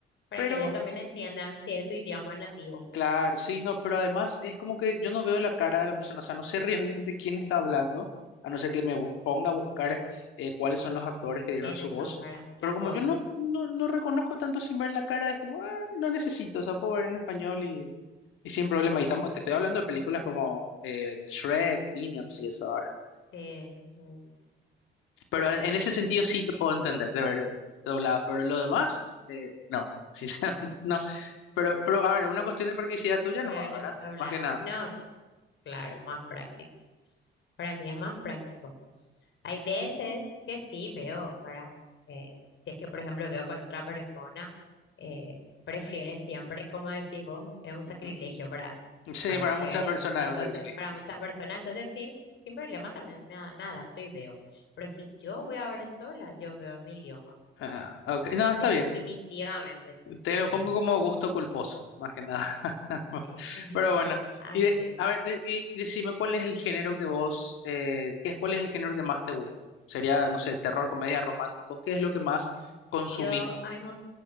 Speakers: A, on the left (about 70°); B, on the left (about 90°).
A: para
B: pero
A: que ellas también entiendan si es su idioma nativo,
B: Claro, sí, no, pero además es como que yo no veo la cara de la persona, o sea, no sé <laughs> realmente quién está hablando, a no ser que me bu- ponga a buscar eh, cuáles son los actores que dieron
A: quiénes
B: su voz,
A: son, ¿verdad? Las
B: pero como
A: voces.
B: yo no, no, no reconozco tanto sin ver la cara, es como, ah, no necesito, o sea, puedo ver en español y, y sin problema, y estamos, te estoy hablando de películas
A: Sí, bueno,
B: como eh, Shrek, Minions y eso ahora,
A: sí, sí,
B: pero en, en ese sentido sí te puedo entender de ver doblada, pero lo demás, eh, no, <laughs> sinceramente no. Pero, pero a ver, una cuestión de practicidad tuya
A: me
B: nomás,
A: veo en
B: ¿verdad?
A: esta hablada.
B: Más que nada.
A: No, claro, más práctico. Para mí es más práctico. Hay veces
B: Mm,
A: que sí veo, ¿verdad? Eh, si es que, por ejemplo, veo con otra persona, eh, prefiere siempre, como decís vos, es un sacrilegio
B: ujú.
A: para,
B: Sí,
A: para
B: para
A: ver.
B: muchas personas
A: eh, Entonces,
B: es un sacrificio.
A: para muchas personas, entonces sí, sin problema también me, a- me adapto y veo. Pero si yo voy a ver sola, yo veo en mi idioma.
B: Ah, ok. No, está
A: Definitivamente.
B: bien. Te lo
A: Sí,
B: pongo como gusto culposo, más que nada. <laughs>
A: sí. <laughs>
B: Pero bueno, y de-
A: Así.
B: a ver, de- y y decime cuál es el género que vos, eh, ¿qué es, cuál es el género que más te gusta? Sería, no sé, terror, comedia, romántico. ¿Qué es lo que más consumís
A: Yo, a mí me